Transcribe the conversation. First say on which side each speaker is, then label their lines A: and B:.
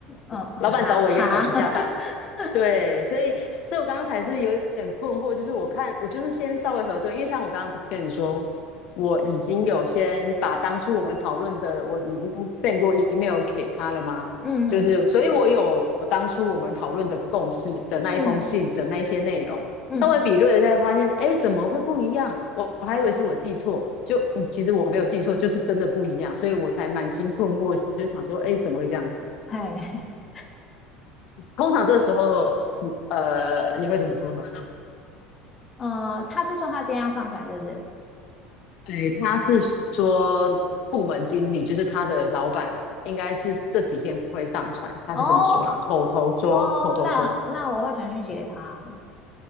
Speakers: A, on the left; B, on the left.
A: 嗯嗯哈哈，
B: <laughs> 老板找我一个小时下班，
A: <laughs>
B: 对，所以，所以我刚刚才是有点困惑，就是我看我就是先稍微核对，因为像我刚刚不是跟你说，我已经有先把当初我们讨论的，我已经 send 过 email 给他了吗？
A: 嗯
B: 就是，所以我有我当初我们讨论的共识的那一封信的那一些内容，
A: 嗯嗯，
B: 稍微比对了一下，发现，哎，怎么会不一样？我我还以为是我记错，就，嗯其实我没有记错，就是真的不一样，所以我才满心困惑，就想说，哎，怎么会这样子？
A: 嘿，
B: 通常这时候，呃，你会怎么做呢？
A: <laughs> 呃，他是说他今天要上传，是不是？
B: 哎，他是说部门经理，就是他的老板，应该是这几天会上传，他是这么说啦，
A: 哦，
B: 口头说，
A: 嗯，哦，
B: 口头说，
A: 那那我会传讯息给他，